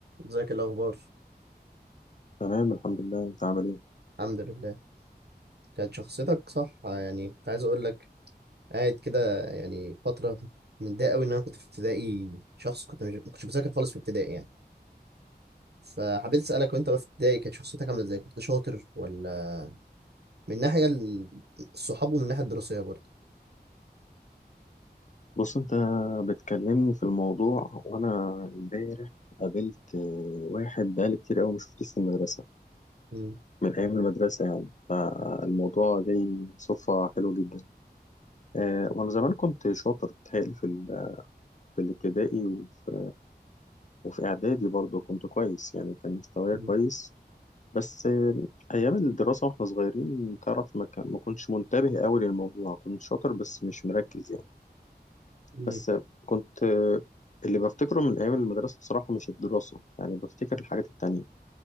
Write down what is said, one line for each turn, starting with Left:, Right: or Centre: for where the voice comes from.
Right: ازيك الاخبار
Left: تمام الحمد لله انت عامل ايه
Right: الحمد لله كانت شخصيتك صح يعني كنت عايز اقول لك قاعد كده يعني فتره متضايق قوي ان انا كنت في ابتدائي شخص كنت مش ما كنتش بذاكر خالص في ابتدائي يعني فحبيت اسالك وانت بقى في ابتدائي كانت شخصيتك عامله ازاي كنت شاطر ولا من ناحيه ال- الصحاب ومن الناحيه الدراسيه برضه
Left: بص انت بتكلمني في الموضوع وانا امبارح قابلت آه، واحد بقالي كتير قوي ما شفتوش في المدرسه
Right: مم.
Left: من ايام المدرسه يعني فالموضوع جاي صدفه حلوه جدا آه، وانا زمان كنت شاطر بتهيألي في ال- في الابتدائي وفي, وفي اعدادي برضه كنت كويس يعني كان مستواي
Right: مم.
Left: كويس بس آه، ايام الدراسه واحنا صغيرين تعرف ما كان ما كنتش منتبه قوي للموضوع كنت شاطر بس مش مركز يعني
Right: مم.
Left: بس كنت آه، اللي بفتكره من أيام المدرسة بصراحة مش الدراسة يعني بفتكر الحاجات التانية